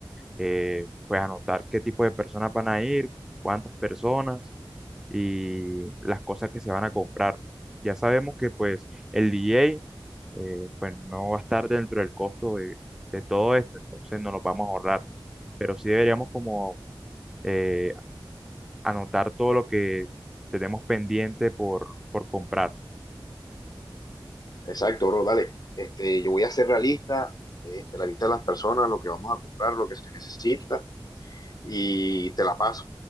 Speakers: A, in the centre; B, on the left.
A: Eh, pues anotar qué tipo de personas van a ir, cuántas personas y las cosas que se van a comprar. Ya sabemos que pues el DJ eh, pues no va a estar dentro del costo de, de todo esto, entonces no los vamos a ahorrar, pero sí deberíamos como eh, anotar todo lo que tenemos pendiente por, por comprar.
B: Exacto, bro, dale. Este, yo voy a hacer la lista, este, la lista de las personas, lo que vamos a comprar, lo que se necesita, y te la paso.